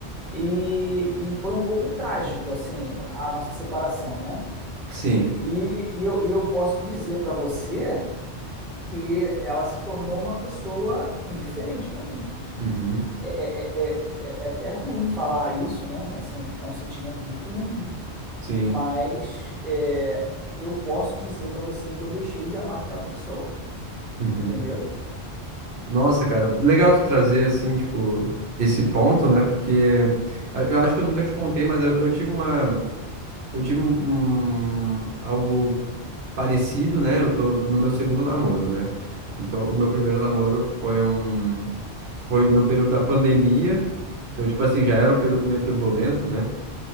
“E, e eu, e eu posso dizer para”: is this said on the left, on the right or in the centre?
Centre